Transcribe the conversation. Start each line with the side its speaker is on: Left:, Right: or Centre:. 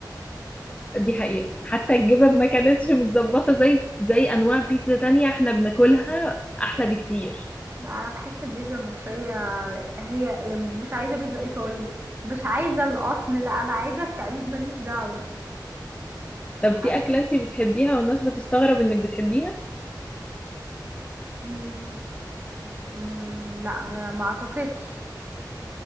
Left: دي حقيقة حتى الجبن ما كانتش متظبطة زي زي أنواع بيتزا تانية احنا بناكلها أحلى بكتير
Right: لا انا بحس البيتزا المصريه هي يعني مش عايزه بيتزا ايطالي مش عايزه الاصل لا انا عايزه التقليد ماليش دعوه
Left: طب في
Right: عاي...
Left: أكلة انتي بتحبيها والناس بتستغرب إنك بتحبيها
Right: مم... مم... لا ما ما اعتقدش